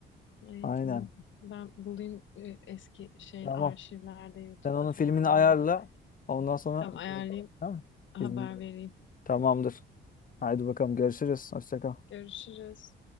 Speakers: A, on the left; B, on the left.
A: Ay
B: Aynen.
A: tamam. Ben bulayım e, eski şey
B: Tamam.
A: arşivlerde YouTube'da
B: Sen onun
A: falan
B: filmini ayarla.
A: vardır belki.
B: Ondan sonra
A: Tamam ayarlayayım
B: şey yapalım, tamam mı?
A: haber
B: İzleyelim.
A: vereyim.
B: Tamamdır. Haydi bakalım görüşürüz. Hoşça kal.
A: Görüşürüz.